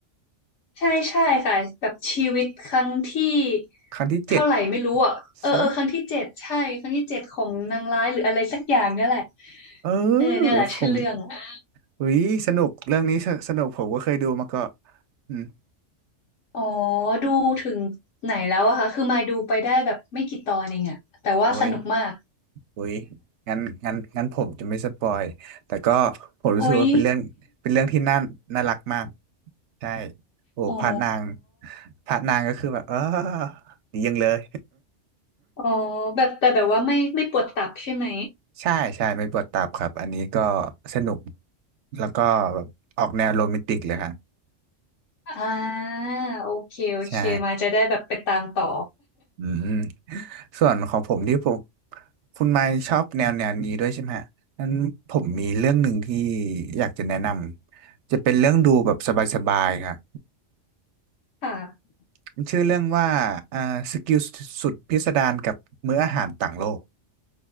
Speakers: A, on the left; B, on the right.
A: ใช่ใช่ใช่ค่ะแบบชีวิตครั้งที่
B: ครั้งที่เจ็ด
A: เท่าไหร่ไม่รู้อ่ะเออเออครั้งที่เจ็ดใช่ครั้งที่เจ็ดของนางร้ายหรืออะไรสักอย่างเนี่ยแหละ
B: ใช่ไหมเอ
A: เออเนี่ยแหละชื่อเรื่องอะ
B: อผมอุ้ยสนุกเรื่องนี้สสนุกผมก็เคยดูมาก็อืม
A: อ๋อดูถึงไหนแล้วอะคะคือมายดูไปได้แบบไม่กี่ตอนเองอะแต่ว่าสนุกมาก
B: โอ้ย อุ้ยงั้นงั้นงั้นผมจะไม่สปอยแต่ก็ผมรู้สึกว่าเป็นเรื่องเป็นเรื่องที่น่าน่ารักมาก
A: โอ๊ย
B: ใช่โอ้พระนาง
A: อ๋อ
B: พระนางก็คือแบบเออดียังเลย
A: อ๋อแบบแต่แบบว่าไม่ไม่ปวดตับใช่ไหม
B: ใช่ใช่ไม่ปวดตับครับอันนี้ก็สนุกแล้วก็แบบออกแนวโรแมนติกเลยครับ
A: อ่าโอเคโอเคมาจะได้แบบไปตามต่อ
B: ใช่อืมส่วนของผมที่ผมคุณไมค์ชอบแนวแนวนี้ด้วยใช่ไหมฮะนั้นผมมีเรื่องหนึ่งที่อยากจะแนะนำจะเป็นเรื่องดูแบบสบายๆครับ
A: ค่ะ
B: มันชื่อเรื่องว่าอ่าสกิลสุดพิสดารกับมื้ออาหารต่างโลก